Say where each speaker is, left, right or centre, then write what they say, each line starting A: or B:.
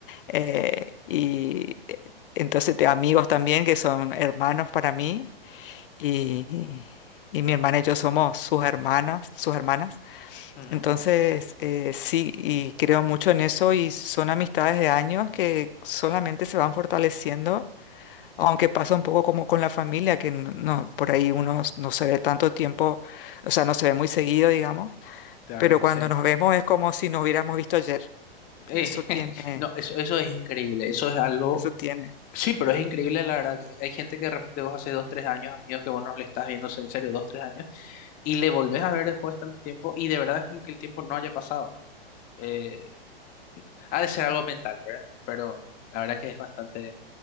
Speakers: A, on the left (about 60°); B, on the left (about 25°).
A: eh, y eh, entonces tengo amigos también que son hermanos para mí y... Y mi hermana y yo somos sus hermanos sus hermanas.
B: Ujú,
A: Entonces, eh, sí, y creo mucho en eso y son amistades de años que solamente se van fortaleciendo aunque pasa un poco como con la familia, que n- no, por ahí uno s- no se ve tanto tiempo, o sea, no se ve muy seguido, digamos,
B: claro,
A: pero cuando
B: sí.
A: nos vemos es como si nos hubiéramos visto ayer.
B: Eh,
A: Eso tiene,
B: <laughs> no, eso, eso es increíble, eso es algo
A: eso tiene.
B: Sí, pero es increíble, la verdad, que hay gente que de repente vos hace dos, tres años, amigos, que vos no le estás viendo en serio dos, tres años, y le volvés a ver después de tanto tiempo, y de verdad es como que el tiempo no haya pasado. Eh, ha de ser algo mental, ¿verdad? Pero la verdad que es bastante